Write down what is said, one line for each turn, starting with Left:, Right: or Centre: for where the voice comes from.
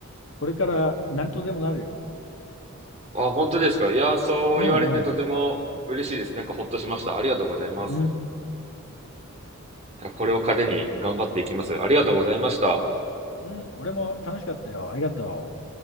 Left: これから何とでもなるよ。
Right: あ、本当ですか。いやー、そう言われてとても嬉しいです。
Left: うんうん。
Right: なんかほっとしました。ありがとうございます。
Left: うん。
Right: これを糧に頑張っていきます。ありがとうございました。
Left: うん。俺も楽しかったよ。ありがとう。